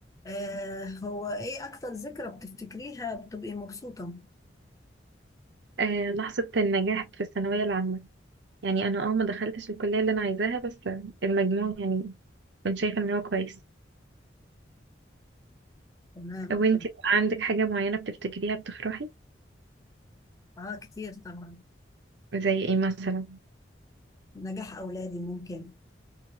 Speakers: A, on the left; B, on the right.
A: آه هو ايه اكتر ذكرى بتفتكريها بتبقي مبسوطة
B: آه، لحظة النجاح في الثانوية العامة يعني أنا اه ما دخلتش الكلية اللي أنا عايزاها بس المجموع يعني كنت شايفة إن هو كويس
A: تمام
B: وانتي بقى عندك حاجة معينة بتفتكريها بتفرحي
A: اه كتير طبعا
B: زي ايه مثلا
A: نجاح اولادي ممكن